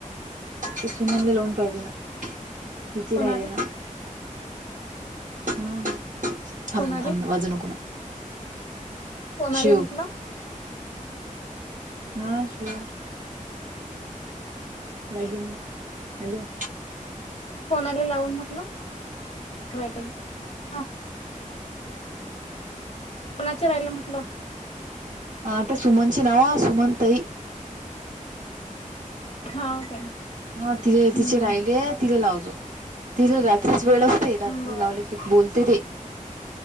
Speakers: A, on the right; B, on the left.
A: ते सुमनले लोन पाहिजे ना, तिची
B: कोणाले
A: राहिले ना. हम्म थांब
B: कोणाले
A: थांब वाजवू नको ना.
B: कोणा
A: शिव
B: आले म्हंटला,
A: हा. शिव बॅग घेऊ ना हॅलो.
B: कोणाले लावून म्हटलंट ह. कोणाचे राहिले म्हटलं,
A: आता सुमनचे नव सुमनताई.
B: हा ओके
A: हा, तिले
B: हम्म
A: तिचे राहिले तिला लावतो. तिले रात्रीच वेळ असते, रात्री
B: बर
A: लावले की बोलते ती